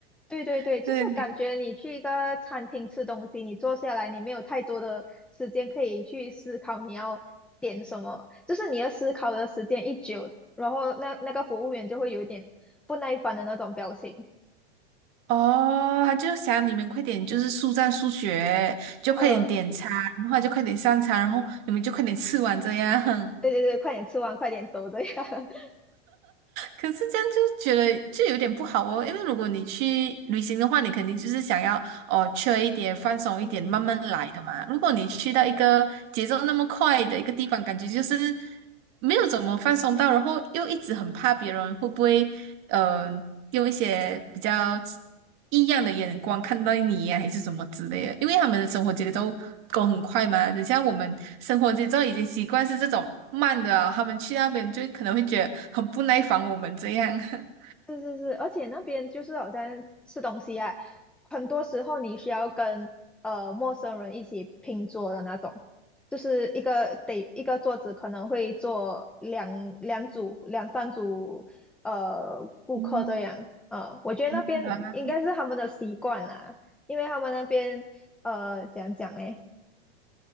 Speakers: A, in the centre; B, on the right.
A: 对对对，
B: <laughs>
A: 就是感觉你去一个餐厅吃东西，
B: 对。
A: 你坐下来，你没有太多的时间可以去思考你要点什么，就是你要思考的时间一久，然后那那个服务员就会有一点不耐烦的那种表情。
B: 哦，他就想你们快点，就是速战速决，就快点点餐，
A: 嗯，
B: 然后就快点上餐，然后你们就快点吃完这样。<laughs>
A: 对对对，快点吃完，快点走这样。<laughs>
B: 可是这样就觉得就有点不好哦，因为如果你去旅行的话，你肯定就是想要哦，缺一点，放松一点，
A: 嗯，
B: 慢慢来的嘛。如果你去到一个节奏那么快的一个地方，感觉就是没有怎么放松到，然后又一直很怕别人会不会，嗯，用一些比较异样的眼光看到你呀、还是什么之类的。因为他们的生活节奏都很快嘛，等下我们生活节奏已经习惯是这种慢的啊他们去那边就可能会觉得很不耐烦我们这样。<laughs>
A: 是是是，而且那边就是好像吃东西啊，很多时候你需要跟呃陌生人一起拼桌的那种，就是一个得一个桌子可能会坐两两组两三组呃顾客这样，
B: 嗯，
A: 呃，我觉得那边应该是他们的习惯啦，
B: 明白
A: 因为他们那边呃怎样讲嘞，